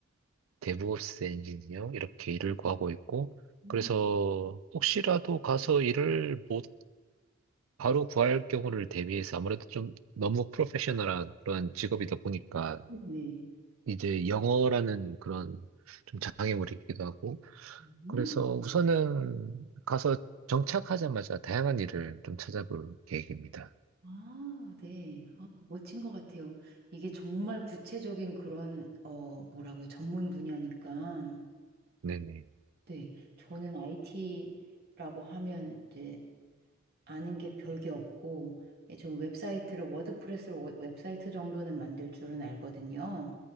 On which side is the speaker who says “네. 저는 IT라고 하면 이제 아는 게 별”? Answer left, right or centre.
Right